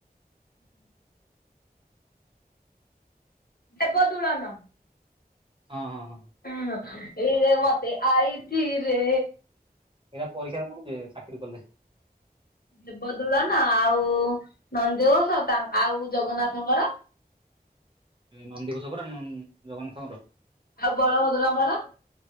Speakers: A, on the left; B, on the right.
A: ଉଁ। ଦେବଦୁଳନ।
B: ହଁ ହଁ ହଁ।
A: ଉଁ ଏଇରେ ମତେ ଆଇଚିରେ।
B: ଏରା ପରୀକ୍ଷାରେ ପଡୁଚି ଚାକିରି କଲେ।
A: ଦେବଦୋଳନ ଆଉ ନନ୍ଦୀଘୋଷ ତାନ୍ ଆଉ ଜଗନ୍ନାଥଙ୍କର?
B: ଏ ନନ୍ଦିଘୋଷ ପରା ନନ୍ ଜଗନ୍ନାଥଙ୍କର।
A: ଆଉ ବଳଭଦ୍ରଙ୍କର